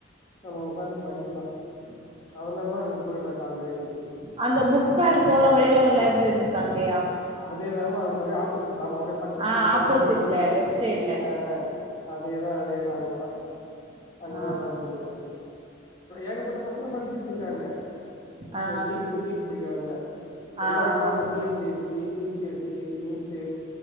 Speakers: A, on the left; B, on the right.
A: நம்ம உக்காந்து படிக்கலா அதனால தா அங்க போயிட்ற காலைல ஏந்திருச்சு
B: அந்த புக் ஃபேர் போற வழியில ஒரு லைப்ரரி இருக்க அங்கயா
A: அதே தாமா அதுக்கு அப்டியே ஆப்போசிட்லாம அப்டியே பக்கத்து
B: ஆ
A: பில்டி
B: ஆப்போசிட்ல
A: அந்த பில்டிங் தள்ளி
B: லெஃப்ட் சைட்ல
A: ஆ அதேதா அதேதா அங்கதா அங்கதா
B: ஆ
A: உட்காந்து படிப்ப ஏகப்பட்ட பசங்க படிச்சட்டு இருக்காங்க
B: ஆ
A: நீட் நீட் படிக்கிறாங்கள எல்லா
B: ஆ ஆமா
A: exam T N P C U P S C NEET